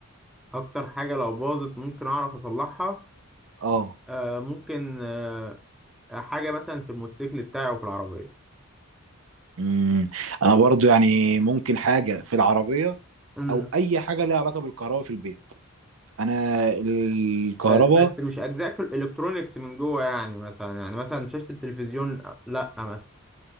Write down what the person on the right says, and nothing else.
اه
امم انا برضو يعني ممكن حاجه في العربيه
او اي حاجه ليها علاقه بالكهرباء في البيت انا الكهرباء